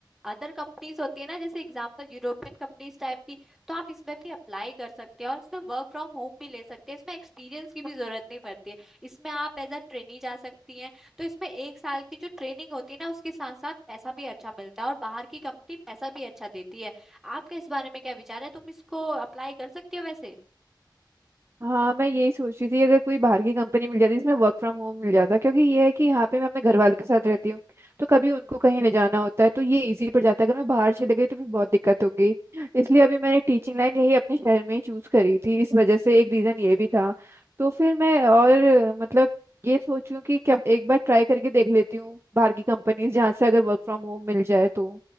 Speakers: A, in the centre; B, on the right.
A: अदर कंपनीज होती है ना जैसे एग्जांपल यूरोपियन कंपनीज टाइप की तो आप इसमें भी अप्लाई कर सकते हैं और इसमें वर्क फ्रॉम होम भी ले सकते हैं इसमें एक्सपीरियंस की भी जरूरत नहीं पड़ती है इसमें आप एज अ ट्रेनी जा सकती हैं तो इसमें एक साल की जो ट्रेनिंग होती है ना उसके साथ साथ पैसा भी अच्छा मिलता है और बाहर की कंपनी पैसा भी अच्छा देती है आपका इस बारे में क्या विचार है तुम इसको अप्लाई कर सकती हो वैसे
B: हाँ मैं यही सोच रही थी अगर कोई बाहर की कंपनी मिल जाती जिसमें वर्क फ्रॉम होम मिल जाता क्योंकि ये है कि यहाँ पे मैं अपने घर वालों के साथ रहती हूँ तो कभी उनको कहीं ले जाना होता है तो ये इजी पड़ जाता है अगर मैं बाहर चले गई तो फिर बहुत दिक्कत होगी इसलिए अभी मैंने टीचिंग लाइन यही अपने शहर में ही चूज करी थी इस वजह से एक रीजन ये भी था तो फिर मैं और मतलब ये सोचूं कि क्या एक बार ट्राई करके देख लेती हूँ बाहर की कंपनीज जहाँ से अगर वर्क फ्रॉम होम मिल जाए तो